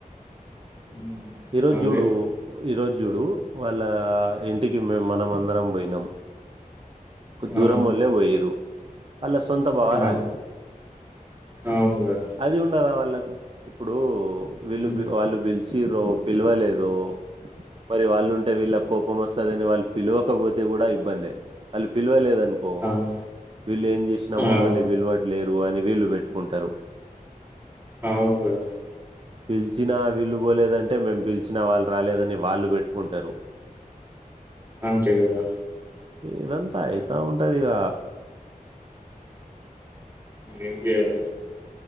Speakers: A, on the right (about 15°); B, on the right (about 40°).
A: హ్మ్.
B: ఈరోజు
A: అదే
B: చూడు ఈరోజు జుడు వాళ్ళ ఇంటికి మేము మనం అందరం పోయినాం
A: ఆ!
B: దూరం వెళ్లే పోయిండ్రు వాళ్ళ సొంత బావ
A: ఆ!
B: రాలేదు
A: అవును గదా!
B: అది ఉండదా వాళ్ళకు ఇప్పుడు వీలు
A: హ్మ్.
B: పిలువలే వాళ్ళు పిలిచి ఇచ్చిండ్రు పిలవలేదు మరి వాళ్ళు ఉంటే వీళ్ళ కోపం వస్తదని వాళ్ళు పిలవకపోతే కూడా ఇబ్బంది వాళ్ళు పిలవలేదని పో
A: అవు
B: వీళ్ళు ఏం చేసినా మమ్మల్ని
A: అవును.
B: పిలవట్లేదు వాళ్లు వీళ్లు పెట్టుకుంటారు
A: అవును కదా
B: పిలిచినా వీళ్లు పోలేదండి అంటే మేము పిలిచినా వాళ్ళు రాలేదని వాళ్ళు పెట్టుకుంటారు
A: అంతే కదా
B: ఇదంతా అయితా ఉంటది ఇక
A: ఏం చేయాలి